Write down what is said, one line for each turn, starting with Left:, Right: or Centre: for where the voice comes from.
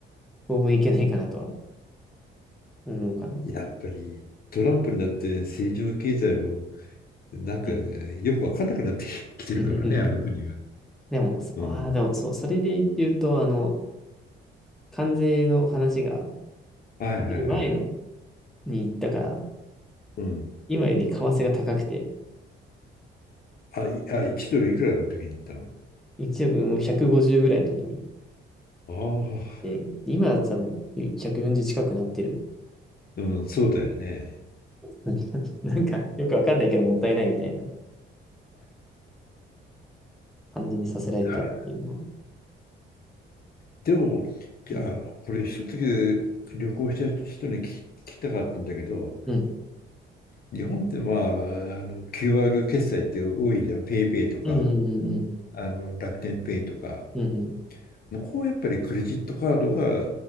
Centre: 当分行けないかなとは思うかな。う
Left: やっぱりトランプになって政治も経済もなんかねよく分かんなくなってき
Centre: ん。
Left: <laughs> てるからね、
Centre: <laughs>
Left: あの国は。
Centre: でも、そああ、
Left: うん。
Centre: でもそう、それで言うと、あの、関税の話が
Left: はいはいはい。
Centre: 出る前のに行ったから、
Left: うん。
Centre: 今より為替が高くて、
Left: あ、いあ、1ドルいくらの時に言ったの
Centre: 1億もう150ぐらいの時に行っ
Left: ああ、
Centre: て、今は多分140近くなってる。
Left: うん、そうだよね。
Centre: なんか、なんかよくわかんないけどもったいないみたいな。感じにさせられたっていうのは。
Left: あ、でも、じゃあ、
Centre: うん。
Left: これ一つだけ旅行した人に聞き聞きたかったんだけど、
Centre: うん。
Left: 日本ってまあ、あの QR 決済って多いじゃん。ペイペイとか、
Centre: うんうんうんうん。
Left: あの楽天ペイとか。
Centre: うんうん。
Left: 向こうやっぱりクレジットカードが